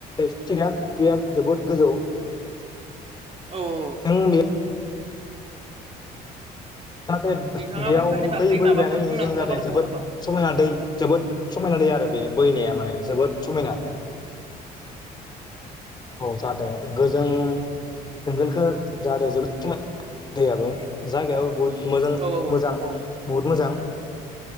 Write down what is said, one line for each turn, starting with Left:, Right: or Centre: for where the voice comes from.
Left: <unintelligible> जोबोद गोजौ।
Right: औ ओ औ
Left: जों बे जाहाथे
Right: नोंथाङा
Left: बेयाव
Right: बैफोरनि बागै
Left: दै बोहैबायहानाय
Right: माबाफोर
Left: नुयो
Right: बुंनांगौ
Left: जों जाहाथे
Right: लागा दंबावो
Left: जोबोद
Right: नामा?
Left: समायना दै जोबोद समायना दै आरो। आरो बे बोहैनाया माने जोबोद समायना। औ जाहाथे गोजों जोंखोलखोल जादों जोबोद समायना दैयाबो जायगायाबो बुहुत मोजां
Right: औ
Left: मोजां
Right: औ
Left: बुहुत मोजां।